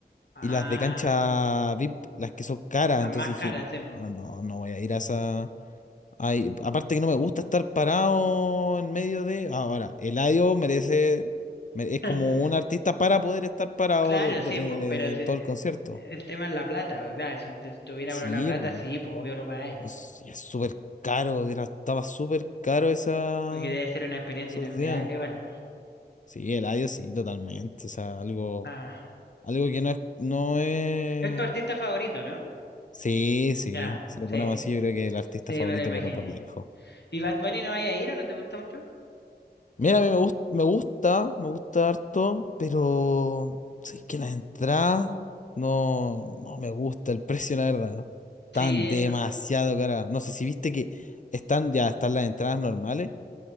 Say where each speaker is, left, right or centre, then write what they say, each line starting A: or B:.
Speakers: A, on the left (about 80°); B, on the left (about 45°).
A: Ah,
B: Y las de cancha VIP, las que son caras.
A: las
B: Entonces
A: más
B: dije,
A: caras, sí, po.
B: no, no, no voy a ir a esa. Ay, aparte que no me gusta estar parado en medio de. Ahora, Eladio merece. mere- Es
A: <laughs>
B: como un artista para poder estar parado
A: Claro,
B: do- do-
A: sí,
B: eh,
A: pues, pero
B: en
A: si-
B: todo
A: eh,
B: el concierto.
A: el tema es la plata, po, claro, si tu- tuviera
B: Sí,
A: uno la plata,
B: po.
A: sí, pues, obvio lo pagáis,
B: No sé, y es súper caro, era- estaba súper caro esa,
A: porque debe ser una experiencia
B: esos
A: inolvidable
B: días.
A: igual.
B: Sí, el audio sí, totalmente. O sea, algo,
A: Ah.
B: algo que no es, no es.
A: Es tu artista favorito, ¿no?
B: Sí, sí.
A: Ya,
B: Si lo
A: sí,
B: ponemos así, yo creo que el artista
A: sí,
B: favorito,
A: me lo imaginé.
B: pero por lejos.
A: ¿Y Bad Bunny no vaya a ir o no te gusta mucho?
B: Mira, a mí me gusta, me gusta, me gusta harto, pero sí que las entradas no, no me gusta el precio, la verdad, ¿no? Están
A: Sí,
B: demasiado caras. No sé si viste que están, ya están las entradas normales.